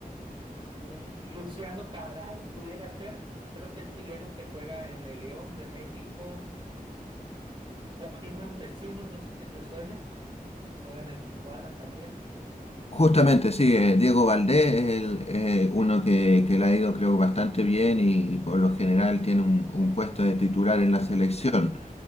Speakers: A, on the right; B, on the left.
A: un Luciano Cabral pudiera ser, creo que el chileno que juega en el León de México, Joaquín Montesinos, no sé si te suene, juega en el Tijuana también.
B: Justamente, sí, eh, Diego Valdés es el, eh, uno que, que le ha ido creo bastante bien y, y por lo general tiene un, un puesto de titular en la selección.